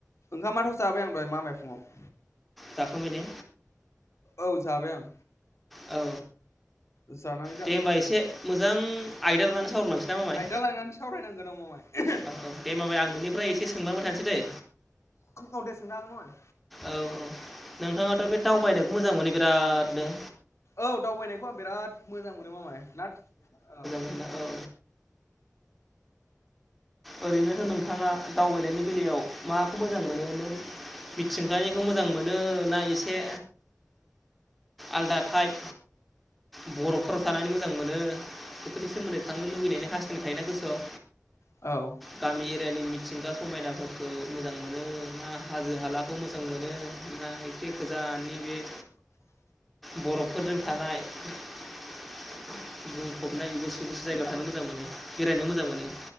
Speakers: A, on the left; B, in the centre.
A: ओंखामाथ' जाय आं दहाय मामाय दहाय फुंङाव।
B: जाखांबायने।
A: औ जाबाय आं।
B: औ।
A: जानाय
B: दे होमबा एसे मोजां आयदा लानानै सावरायलांसै ना मामाय
A: आयदा लानानै सावरायनांगोन औ मामाय।
B: औ औ दे माबाय आं नोंनिफ्राय एसे सोंलांबाय थानोसै दै
A: औ दे सोंनो हागौमोना
B: औ औ नोंथाङाथ' बे दावबायनायखौ मोजां मोनो बिरादनो
A: औ दावबायनायखौ आं बिराद मोजां मोनो मामाय ना औ
B: मोन औ ओरैनोथ' नोंथाङा दावबायनायनि बेलायाव माखौ मोजां मोनो नों मिथिंगानिखौ मोजां मोनोना एसे आलदा फाइभ बर'फोराव थानानै मोजां मोनो बेफोरनि सोमोन्दै थांनो लुुबैनायनि हास्थायनाय थायोना गोसोआव
A: औ
B: गामि एरियानि मिथिंगा समायनाफोरखौ मोजां मोनो ना हाजो हालाखौ मोजां मोनो दा बे गोजाननि बे
A: <unintelligible>
B: बरफफोरजों थानाय बुंफबनाय गोसो गोुसु जायगायाव थानो मोजां मोनो बेरायनो मोजां मोनो